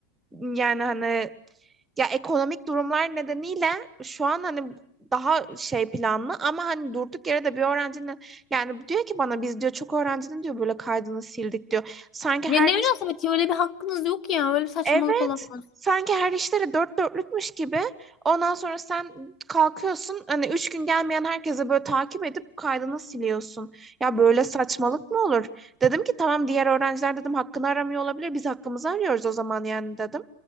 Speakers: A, on the right; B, on the left.
A: Yani hani ya ekonomik durumlar nedeniyle şu an hani daha şey planlı ama hani durduk yere de bir öğrencinin yani diyor ki bana biz diyor çok öğrencinin diyor böyle kaydını sildik diyor. Sanki
B: Ya
A: her
B: ne münasebet ya öyle bir hakkınız yok ya. Öyle bir saçmalık
A: Evet.
B: olamaz.
A: Sanki her işleri dört dörtlükmüş gibi. Ondan sonra sen kalkıyorsun hani üç gün gelmeyen herkese böyle takip edip kaydını siliyorsun. Ya böyle saçmalık mı olur? Dedim ki tamam diğer öğrenciler dedim hakkını aramıyor olabilir. Biz hakkımızı arıyoruz o zaman yani dedim.